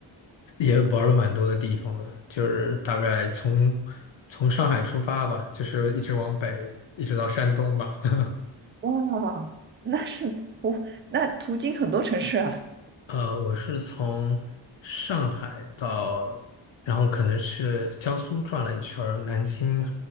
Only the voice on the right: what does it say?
哇，那是我那途经很多城市啊，